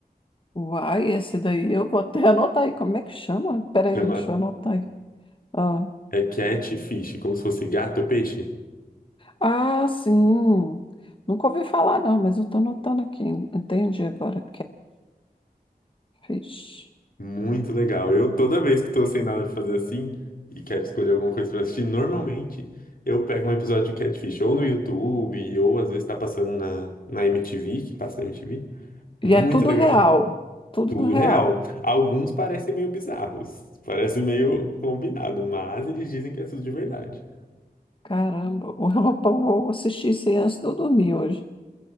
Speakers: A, on the left; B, on the left.
A: Uai, esse daí eu vou até anotar aí. Como é que chama? Peraí,
B: Chama
A: deixa eu anotar aí. Ah,
B: é catfish, como se fosse gato ou peixe.
A: ah, sim. Nunca ouvi falar, não, mas eu tô anotando aqui. Entendi agora. Catfish.
B: Muito legal. Eu toda vez que tô sem nada pra fazer assim e quero escolher alguma coisa pra assistir, normalmente eu pego um episódio de catfish ou no YouTube ou às vezes tá passando na, na MTV, que passa na MTV. Muito
A: E é tudo
B: legal.
A: real. Tudo
B: Tudo
A: real.
B: real. Alguns parecem meio bizarros, parece meio combinado, mas eles dizem que é tudo de verdade.
A: Caramba, <laughs> o Europão, vou assistir isso aí antes de eu dormir hoje.